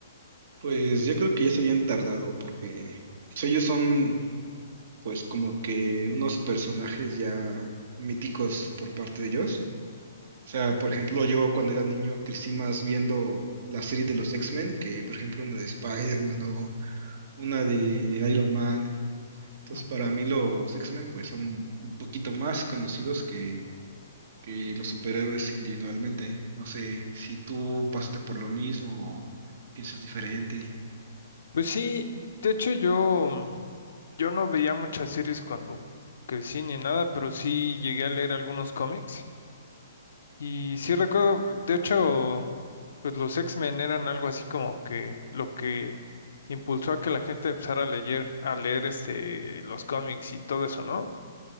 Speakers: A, on the right; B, on the left.
A: Pues yo creo que ya se habían tardado porque pues, ellos son pues como que unos personajes ya míticos por parte de ellos. O sea, por ejemplo, yo cuando era niño crecí más viendo la serie de los X-Men, que por ejemplo una de Spider-Man o una de Iron Man. Entonces,
B: Ujú.
A: para mí los X-Men pues son un poquito más conocidos que que los superhéroes individualmente. No sé si tú pasaste por lo mismo o piensas diferente.
B: Pues sí, de hecho yo, yo no veía muchas series cuando crecí ni nada, pero sí llegué a leer algunos cómics. Y sí recuerdo, de hecho, pues los X-Men eran algo así como que lo que impulsó a que la gente empezara a leer, a leer este, los cómics y todo eso, ¿no?